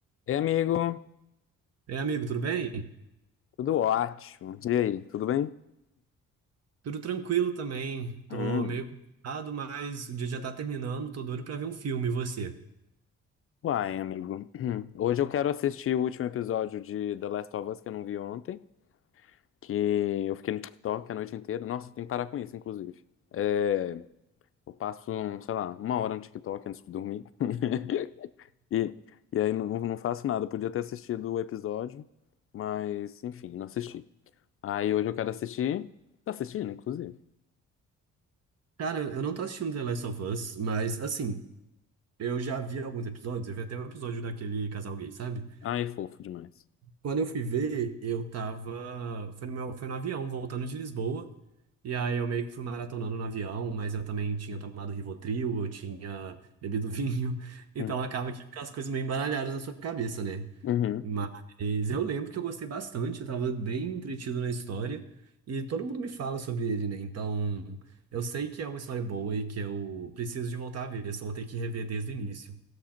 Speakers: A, on the left (about 45°); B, on the right (about 55°).
A: Ei, amigo,
B: É, amigo, tudo bem?
A: tudo ótimo. E aí, tudo bem?
B: Tudo tranquilo também. Tô
A: Hum.
B: meio cansado, mas o dia já tá terminando. Tô doido pra ver um filme. E você?
A: Uai, amigo. <clears throat> Hoje eu quero assistir o último episódio de The Last of Us que eu não vi ontem, que eu fiquei no TikTok a noite inteira. Nossa, eu tenho que parar com isso, inclusive. É, eu passo, um, sei lá, uma hora no TikTok antes de dormir. <laughs> E, e aí não, não faço nada. Eu podia ter assistido o episódio, mas enfim, não assisti. Aí hoje eu quero assistir. Tá assistindo, inclusive.
B: Cara, eu não tô assistindo The Last of Us, mas assim, eu já vi alguns episódios. Eu vi até um episódio daquele casal gay, sabe?
A: Ai, fofo demais.
B: Quando eu fui ver, eu tava. Foi no meu... Foi no avião, voltando de Lisboa. E aí eu meio que fui maratonando no avião, mas eu também tinha tomado Rivotril, eu tinha bebido vinho. <laughs> Então
A: Hum.
B: acaba que fica as coisas meio embaralhadas na sua cabeça, né?
A: Uhum.
B: Mas eu lembro que eu gostei bastante, eu tava bem entretido na história e todo mundo me fala sobre ele, né? Então eu sei que é uma história boa e que eu preciso de voltar a ver, só vou ter que rever desde o início.